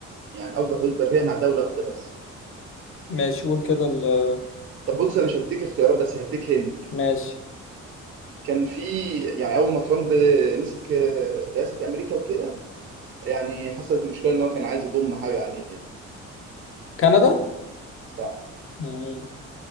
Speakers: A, on the right (about 40°); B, on the left (about 45°).
A: يعني أكبر حدود برية مع دولة واحدة بس
B: ماشي قول كده ال-
A: طب بص أنا مش هديك اختيارات بس هديك هند
B: ماشي
A: كان في يعني أول ما ترامب مسك آه، رئاسة أمريكا وكده يعني حصلت مشكلة إن هو كان عايز يضم حاجة عليه كده
B: كندا
A: صح
B: مم.